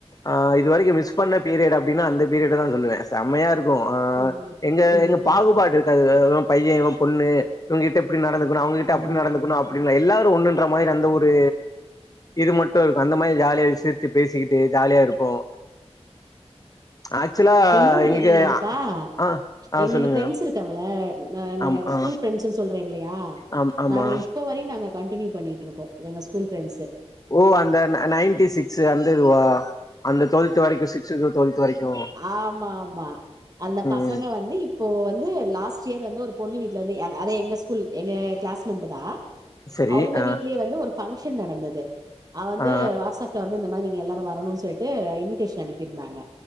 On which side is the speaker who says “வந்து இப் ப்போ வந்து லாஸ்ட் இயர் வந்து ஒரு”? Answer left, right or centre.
Right